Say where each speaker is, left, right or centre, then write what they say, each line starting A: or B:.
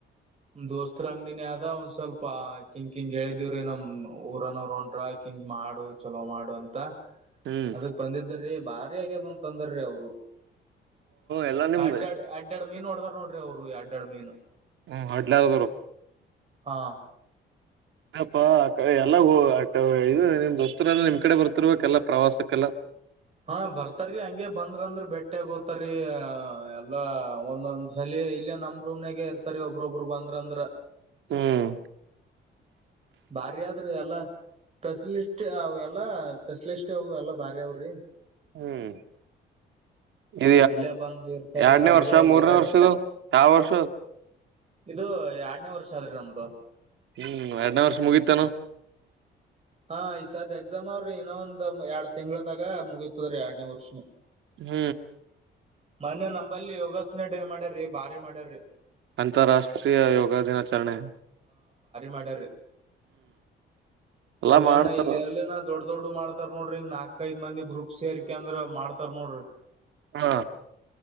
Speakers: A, on the right (about 35°); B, on the right (about 75°).
A: ದೋಸ್ತ್ರ ಅಂಗಡಿನ ಆದ ಒಂದ್ ಸ್ವಲ್ಪ ಕಿಂಕಿಂಗ್ಗೆ ಹೇಳಿದೇವ್ರೀ ನಮ್ ಊರನೋ ಹೊಂಟ್ರ ಕಿಂಗ ಮಾಡು ಚಲೋ ಮಾಡು ಅಂತ
B: ಹ್ಮ್
A: ಅದಕ್ ಬಂದಿದ್ದರಿ ಭಾರಿ ಆಗ್ಯದಂತ ತಂದರ್ರೀ ಅವರು
B: ಎಲ್ಲಾ ನಿಮ್
A: ಅಡ್ಡಾಡ್ ಅಡ್ಡ ಅಡ್ ಮೀನ್ ನಡದಾರ ನೋಡ್ರಿ ಅವರು ಅಡ್ಡಾಡ್ ಮೀನ್
B: ಹ್ಮ್ ಹಡ್ಲಾರ ತರ
A: ಹಾ
B: ಇಪ್ಪಾ ಆಡೆ ಎಲ್ಲ ಇದು ನಿಮ್ ದೋಸ್ತರೆಲ್ಲ ನಿಮ್ ಕಡೆ ಬರ್ತಿರ್ಬೇಕ ಎಲ್ಲಾ ಪ್ರವಾಸಕ್ಕೆಲ್ಲ
A: ಹಾ ಬರ್ತಾರೀ ಹಂಗಗೆ ಬಂದ್ರ ಅಂದ್ರ ಬೆಟ್ಟೆ ಓತಾರೀ ಎಲ್ಲಾ ಒಂದೊಂದ್ ಸಲ ಇಲ್ಲ ನಮ್ ರೂಮ್ಾಗ ಇರ್ತಾರಿ ಒಬ್ಬ್ರೊಬ್ರು ಬಂದ್ರ ಅಂದ್ರ
B: ಹ್ಮ್
A: ಬಾರಿಾದ್ರೆ ಎಲ್ಲಾ ಸ್ಪೆಷಲಿಸ್ಟ್ ಅವ ಎಲ್ಲಾ ಸ್ಪೆಷಲಿಸ್ಟ್ ಅವ ಎಲ್ಲಾ ಬಾರಿ ಅವ್ರಿ
B: ಹ್ಮ್ ಇ
A: ಇಲ್ಲೇ ಬಂದು ಇರ್ತಾರ್ರಿ
B: ಎರಡ್ನೇ
A: ಹಂಗೆ
B: ವರ್ಷ ಮೂರ್ನೇ
A: ವೆದರ್
B: ವರ್ಷದು ಯಾವ ವರ್ಷ
A: ಇದು ಎರಡ್ನೇ ವರ್ಷ ಆದ್ರಿ ನಮ್ದು
B: ಹ್ಮ್ ಎರಡ್ನೇ ವರ್ಷ ಮುಗೀತಾನ
A: ಹಾ ಈಸಾದ್ ಎಕ್ಸಾಮ್ ಅವ್ರಿ ಇನ್ನೊ ಒಂದ್ ಎರಡ್ ತಿಂಗಳದಾಗ ಮುಗೀತದ್ರೀ ಎರಡ್ನೇ ವರ್ಷ
B: ಹ್ಮ್
A: ಮನೆ ನಂಬಲ್ಲಿ ಯೋಗಾಸನೆ ಮಾಡ್ಯ್ರೀ ಬಾರಿ ಮಾಡ್ಯ್ರಿ
B: ಅಂತರಾಷ್ಟ್ರೀಯ ಯೋಗ ದಿನ ಆಚರಣೆ
A: ಮಾಡ
B: ಎಲ್ಲಾ
A: ಅವ್ಯನ
B: ಮಾಡ್ತಾರ
A: ಇಲ್ಲಿ ಅಲ್ಲ ದೊಡ್ ದೊಡ್ ಮಾಡ್ತಾರ್ ನೋಡ್ರಿಂಗ ನಾಲ್ಕ್ ಐದ ಮಂದಿ ಗ್ರೂಪ್ ಸೇರ್ಕ ಅಂದ್ರ ಮಾಡ್ತಾರ್ ನೋಡ್ರಿ
B: ಹಾ